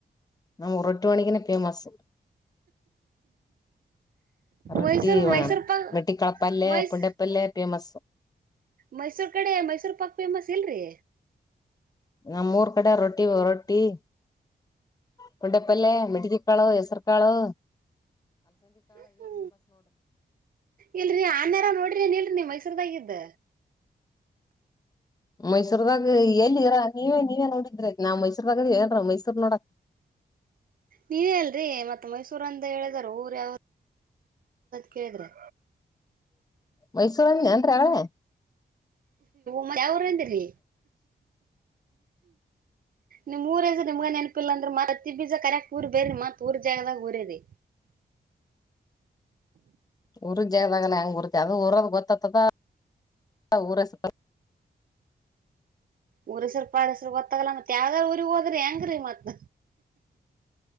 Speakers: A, on the left; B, on the right.
A: ನಾಮ್ಮ ಉರಟ್ಟ ಮಣಿಕನ ಫೇಮಸ್ ರೊಟ್ಟಿ
B: ಮೈಸೂರ್
A: ವ
B: ಮೈಸೂರ್ ಪಾಕ್
A: ರೊಟ್ಟಿ ಕಳಪಲ್ಲೇ
B: ಮೈಸ್
A: ಪಂಡೆಪ್ಪಲ್ಲೇ ಬಸ್
B: ಮೈಸೂರ್ ಕಡೆ ಮೈಸೂರ್ ಪಾಕ್ ಫೇಮಸ್ ಇಲ್ರರಿ
A: ನಮ್ಮ್ ಮೂರ್ ಕಡೆ ರೊಟ್ಟಿ ರೊಟ್ಟಿ ಪೊಂಡೆ ಪಲ್ೆ ಮಿಡಿದಕ್ಕಾಳು ಹೆಸರುಕಾಳು
B: ಹ್ಮ ಇಲ್ರಿ ಆನೇಾರ ನೋಡ್ರಿ ನೀನ್ ಇಲ್ರಿ ನೀ ಮೈಸೂರ್ದಾಗಿದ್ದ
A: ಮೈಸೂರುದಾಗ ಎಲ್ಲಿದರಾ ನೀವೇ ನೀವೇ ನೋಡಿದ್ರೆ ನಾವ್ ಮೈಸೂರ್ದಾಗದೀ ಏನ್ರ ಮೈಸೂರ್ ನೋಡ
B: ನೀವ ಅಲ್ರರಿ ಮತ್ತತ್ ಮೈಸೂರ ಅಂತ ಹೇಳಿದಾರ ಊರ ಯಾವ ಕಿದ್ರೆ
A: ಮೈಸೂರ ಾನ್ ರಟ್ರಾವಳೆ
B: ಮ ಅವರುಂತರಿ ನಿಮ್ಊರ ಹೆಸ ನಿಮ್ಗೆ ನೆನಪಿಲ್ಲಂದ್ರ ಮೆ ಬೀಜ ಕರಯಕ್ ಊರ್ ಬೇ್ರ ಮತ್ ಊರ್ ಜಾಗದಾಗ ಊರ ಇದೆ
A: ಉರು ಜದಾಗಲ್ಲ ಹೆಂಗ ಕುತಿ ಅ ಉರ ಗೊತ್ತ ತದ ಹ ಊರಸಪ
B: ಊರಸರು ಪಾರಸರು ಗೊತ್ತಾಗಲ್ಲ ಮತ್ತ ಯಾವ್ದಾರ್ ಊರಿಗ್ ಹೋಗದ್ರಿ ಹೆಂಗ್ರೀ ಮತ್ತ